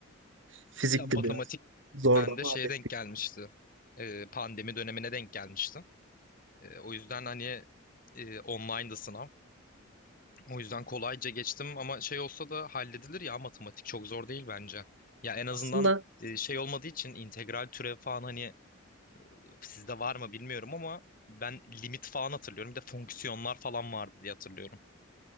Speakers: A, on the right; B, on the left.
A: Fizikti
B: Ya matematik
A: biraz zordu
B: bende
A: ama
B: şeye
A: hallettim.
B: denk gelmişti. Ee, pandemi dönemine denk gelmişti. Ee, o yüzden hani e, online'dı sınav. O yüzden kolayca geçtim ama şey olsa da halledilir ya matematik çok zor değil bence. Ya en azından
A: Aslında
B: e, şey olmadığı için integral türev falan hani sizde var mı bilmiyorum ama ben limit falan hatırlıyorum. Bir de fonksiyonlar falan vardı diye hatırlıyorum.